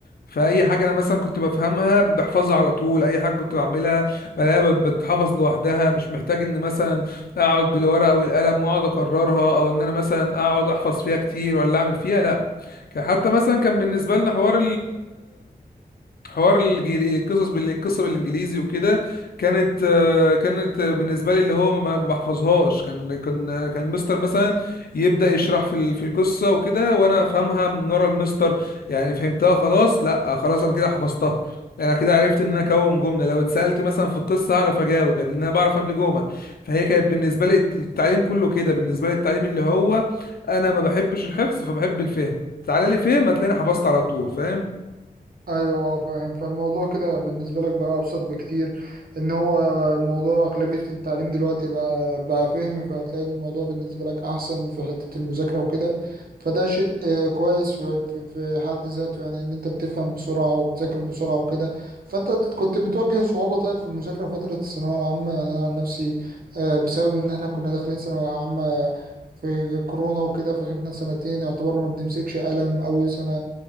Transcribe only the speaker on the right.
ايوه اه فاهم فالموضوع كده بالنسبه لك بقى ابسط بكتير ان هو موضوع اغلبيه التعليم دلوقتي بقى بقى فهم فهتلاقي ان الموضوع بالنسبه لك احسن في حته المذاكره وكده فده شيء آه، كويس في في في حد ذاته يعني ان انت بتفهم بسرعه وبتذاكر بسرعه وكده فانت كنت بتواجه صعوبه طيب في المذاكره فتره الثانويه العامه يعني انا عن نفسي آه، بسبب ان احنا كنا داخلين ثانويه عامه في كورونا وكده فغبنا سنتين يعتبر ما بنمسكش قلم اول سنه